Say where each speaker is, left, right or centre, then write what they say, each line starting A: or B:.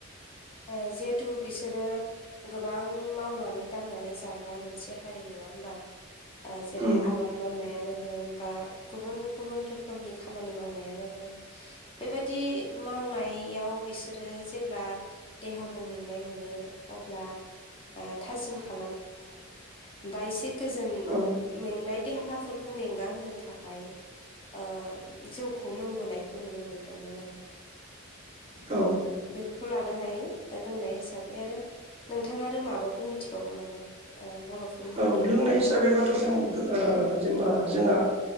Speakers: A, on the left; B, on the right.
A: ओ जिहेथु बिसोरो गोबां मावनानै दांनानै जाग्रा मोनसे हारि नङा होन बा‌। ओ जेरै
B: उम
A: आबाद मावनायानो होन बा गुबुन गुबुन रोखोमनि खामानि मावनायानो होन। बेबायदि मावनायाव बिसोरो जेब्ला देहाखौ मेंनाय मोनो अब्ला ओ थाजिम खालामनोहाय बा एसे गोजोन
B: औ
A: मेंनाय देहाफोर मेंगा होनो थाखाय ओ जौखौ लों बोनायखौ नुनो मोनदोंमोन आरो।
B: औ
A: खौ लानो हायो लोंनाय हिसाबै आरो नोंथाङा आरो माबाफोर मिथिबावगौ नामा ओ बर'फोरनि
B: औ
A: लोंनायनि
B: लोंनाय
A: बागै
B: हिसाबैबाथ' जों गो ओ जेनबा जोंहा